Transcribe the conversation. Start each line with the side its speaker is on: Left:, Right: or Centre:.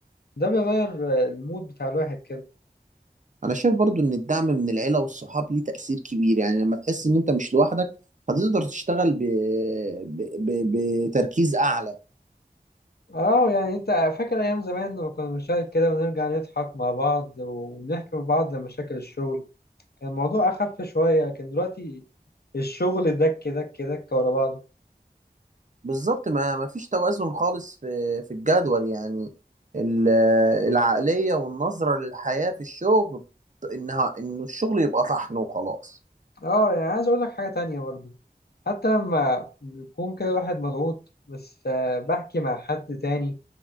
Left: ده بيغير آه، المود بتاع الواحد كده
Right: انا شايف برضو ان الدعم من العيلة والصحاب ليه تأثير كبير يعني لما تحس ان انت مش لوحدك هتقدر تشتغل ب... ب... ب... بتركيز اعلى
Left: اه يعني انت فاكر ايام زمان لما كنا بنشارك كده ونرجع نضحك مع بعض ونحكي مع بعض عن مشاكل الشغل كان الموضوع اخف شوية لكن دلوقتي الشغل دك دك دك ورا بعضه
Right: بالظبط ما ما فيش توازن خالص في في الجدول يعني ال- العقلية والنظرة للحياة في الشغل انها انه الشغل يبقى طحن وخلاص
Left: اه يعني عايز اقول لك حاجة تانية برضو حتى لما بيكون كده واحد مضغوط بس آه، بحكي مع حد تاني